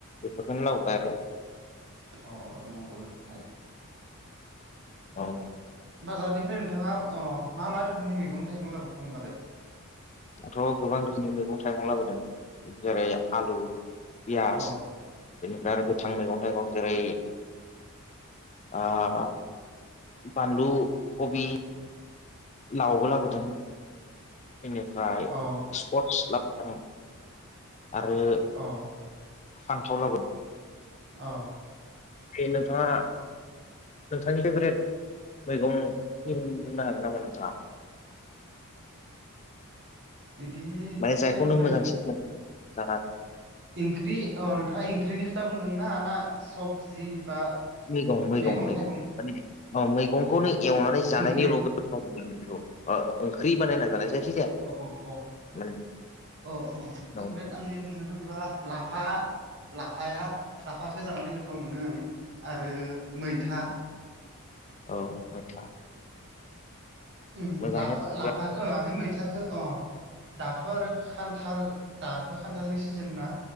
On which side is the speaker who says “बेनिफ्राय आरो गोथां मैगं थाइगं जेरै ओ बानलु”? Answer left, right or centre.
Left